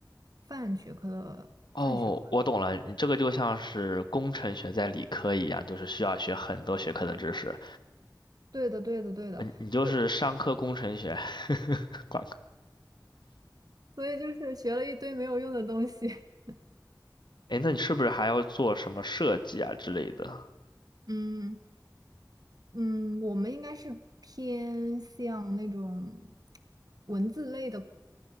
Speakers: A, on the right; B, on the left.
A: 泛学科的泛学科。
B: 哦，我懂了，你这个就像是工程学在理科一样，就是需要学很多学科的知识。
A: 对的，对的，对的，
B: 嗯，你就是商科工程学，
A: 就
B: <laughs> 管。
A: 所以就是学了一堆没有用的东西。<laughs>
B: 哎，那你是不是还要做什么设计啊之类的？
A: 嗯。嗯，我们应该是偏向那种文字类的